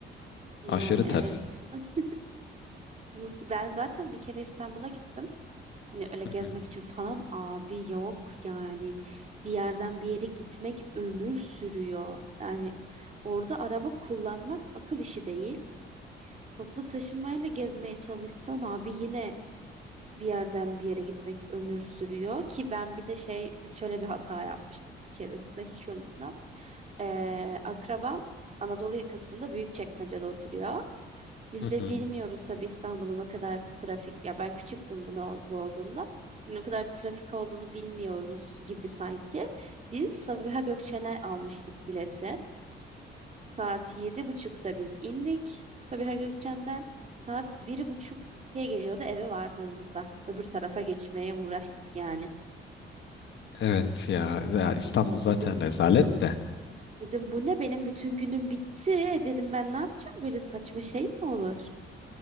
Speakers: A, on the right; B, on the left.
A: Yani
B: Aşırı ters.
A: evet. <laughs> Muht- Ben zaten bir kere İstanbul'a gittim. Hani öyle gezmek
B: Hı hı.
A: için falan abi yok yani. Bir yerden bir yere gitmek ömür sürüyor. Yani orada araba kullanmak akıl işi değil. Toplu taşımayla gezmeye çalışsan abi yine bir yerden bir yere gitmek ömür sürüyor ki ben bir de şey biz şöyle bir hata yapmıştık bir keresinde hiç unutmam. Ee, akrabam Anadolu yakasında Büyükçekmece'de oturuyor. Biz
B: Hı hı.
A: de bilmiyoruz tabii İstanbul'un o kadar trafik ya ben küçüktüm bunu bu olduğunda. Ne kadar trafik olduğunu bilmiyoruz gibi sanki. Biz Sabiha Gökçen'e almıştık bileti. Saat yedi buçukta biz indik Sabiha Gökçen'den. Saat bir buçuk ikiye geliyordu eve vardığımızda. Öbür tarafa geçmeye uğraştık yani.
B: Evet ya, ya İstanbul
A: Ya
B: zaten
A: dedim
B: rezalet de.
A: dedim bu ne benim bütün günüm bitti. E Dedim ben ne yapacağım böyle saçma şey mi olur?